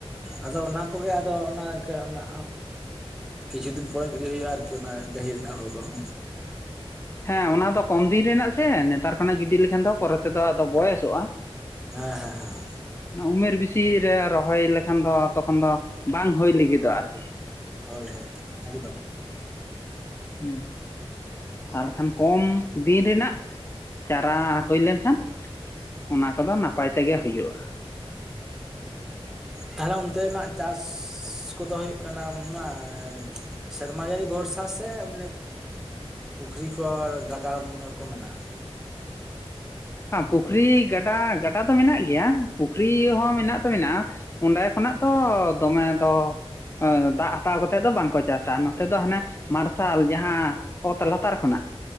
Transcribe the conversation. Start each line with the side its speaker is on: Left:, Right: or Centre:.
Centre: ᱟᱫᱚ ᱚᱱᱟ ᱠᱚᱜᱮ ᱟᱫᱚ ᱚᱱᱟ <unintelligible> ᱚᱱᱟᱼᱼ ᱠᱤᱪᱷᱩ ᱫᱤᱱ ᱯᱚᱨᱮ ᱜᱤᱰᱤ ᱦᱩᱭᱩᱜᱼᱟ ᱟᱨᱠᱤ ᱚᱱᱟ ᱰᱟᱹᱦᱤ ᱨᱮᱱᱟᱜ ᱦᱩᱲᱩ ᱫᱚ ᱦᱩᱸᱼᱼ
Left: ᱦᱮᱸ ᱚᱱᱟ ᱫᱚ ᱠᱚᱢ ᱫᱤᱱ ᱨᱮᱱᱟᱜ ᱥᱮ ᱱᱮᱛᱟᱨ ᱠᱷᱚᱱᱟᱜ ᱜᱤᱰᱤ ᱞᱮᱠᱷᱟᱱ ᱫᱚ ᱯᱚᱨᱮ ᱛᱮᱫᱚ ᱟᱫᱚ ᱵᱚᱭᱮᱥᱚᱜᱼᱟ
Centre: ᱦᱮᱸ ᱦᱮᱸ ᱦᱮᱸ
Left: ᱩᱢᱮᱨ ᱵᱮᱥᱤ ᱨᱮ ᱨᱚᱦᱚᱭ ᱞᱮᱠᱷᱟᱱ ᱫᱚ ᱛᱚᱠᱷᱚᱱ ᱫᱚ ᱵᱟᱝ ᱦᱩᱭ ᱞᱟᱹᱜᱤᱫᱚᱜ ᱟᱨᱠᱤ
Centre: ᱦᱳᱭ ᱦᱳᱭ ᱮᱠᱫᱚᱢ
Left: ᱦᱮᱸ ᱟᱨ ᱠᱷᱟᱱ ᱠᱚᱢ ᱫᱤᱱ ᱨᱮᱱᱟᱜᱼᱼ ᱪᱟᱨᱟ ᱦᱩᱭ ᱞᱮᱱ ᱠᱷᱟᱱ ᱚᱱᱟ ᱠᱚ ᱫᱚ ᱱᱟᱯᱟᱭ ᱛᱮᱜᱮ ᱦᱩᱭᱩᱜᱼᱟ
Centre: ᱛᱟᱦᱚᱞᱮ ᱚᱱᱛᱮᱱᱟᱜ ᱪᱟᱥᱼᱼ <unintelligible> ᱠᱚᱫᱚ ᱦᱩᱭᱩᱜ ᱠᱟᱱᱟ ᱱᱚᱣᱟ ᱥᱮᱨᱢᱟ ᱡᱟᱹᱲᱤ ᱵᱷᱚᱨᱥᱟ ᱥᱮ <unintelligible> ᱯᱩᱠᱷᱨᱤ ᱠᱚ ᱟᱨ ᱜᱟᱰᱟ ᱢᱩᱸᱦᱟ ᱠᱚ ᱢᱮᱱᱟᱜᱼᱟ
Left: ᱦᱚᱸ ᱯᱩᱠᱷᱨᱤ ᱜᱟᱰᱟ ᱜᱟᱰᱟ ᱫᱚ ᱢᱮᱱᱟᱜ ᱜᱮᱭᱟ ᱯᱩᱠᱷᱨᱤ ᱦᱚᱸ ᱢᱮᱱᱟᱜ ᱦᱚᱸ ᱢᱮᱱᱟᱜᱼᱟ ᱚᱸᱰᱮ ᱠᱷᱚᱱᱟᱜ ᱫᱚ ᱫᱚᱢᱮ ᱫᱚᱼᱼ ᱟ ᱫᱟᱜ ᱦᱟᱛᱟᱣ ᱠᱟᱛᱮᱫ ᱫᱚ ᱵᱟᱝ ᱠᱚ ᱪᱟᱥᱟ ᱱᱚᱛᱮ ᱫᱚ ᱦᱟᱱᱮᱼᱼ ᱢᱟᱨᱥᱟᱞ ᱡᱟᱦᱟᱸ ᱚᱛ ᱞᱟᱛᱟᱨ ᱠᱷᱚᱱᱟᱜᱼᱼ